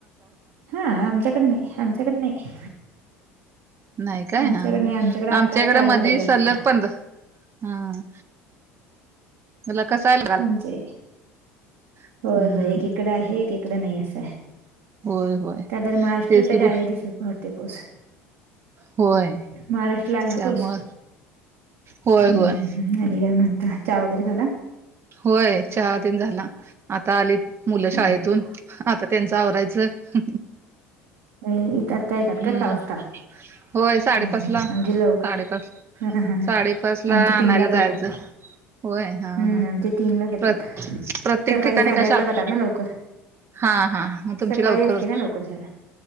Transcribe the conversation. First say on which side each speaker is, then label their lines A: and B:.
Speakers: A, on the right (about 65°); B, on the right (about 35°).
A: हा आमच्याकडं नाही. आमच्याकडं नाही.
B: नाही काय
A: आमच्याकडे
B: हा
A: नाही
B: ह
A: आमच्याकडे आत्ता
B: आमच्या
A: स्टार्ट
B: इकडे मधी
A: झालाय जास्त
B: सल्लग पंन्द हम मला कसांयल
A: म्हजे
B: हम्म
A: होय होय एकीकड आहे एकीकड नाही असं आहे.
B: होय होय
A: त्या बर मास्र
B: तेच
A: पेड
B: की गो
A: आहे तिथे पडते पाऊस
B: होय
A: महाराष्ट्रला आहे
B: त्यामुळं
A: पाऊस
B: होय
A: हम्म
B: होय
A: हम्म हम्म आणि काय म्हणता चहा वगैरे झाला
B: होय चहा तेन झाला आता आलीत मुलं
A: हम्म
B: शाळेतून आता त्यांच आवरायचं
A: हम्म करता येतात
B: हम्म
A: का सा वासता
B: होय साडेपाच
A: <unintelligible>
B: ला
A: अगदी लवकर
B: साडेपाच
A: हा हा
B: साडेपाच ला
A: आमचे
B: आणायला
A: तीन लाच
B: जायचं
A: येतात
B: होय हा
A: हम्म
B: हा
A: आमचे तीनला येतात
B: प्र प्रत्येक
A: सकाळी
B: ठिकाणी
A: साडेआठ
B: का शाळा
A: ला जतात ना लवकर
B: हा हा मग तुमची
A: सकाळी
B: लवकरच
A: असते ना लवकर शाळा